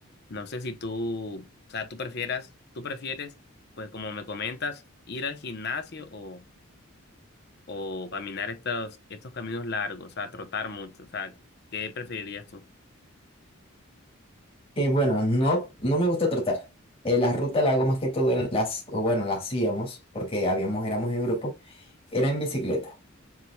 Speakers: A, on the left; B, on the left.
A: No sé si tú, o sea, tú prefieras, tú prefieres, pues como me comentas, ir al gimnasio o, o caminar estos, estos caminos largos, o sea, trotar mucho. O sea, ¿qué preferirías tú?
B: Eh, bueno, no, no me gusta trotar. Eh, la ruta la hago más que todo en las, o bueno, la hacíamos, porque habíamos, éramos en grupo, era en bicicleta.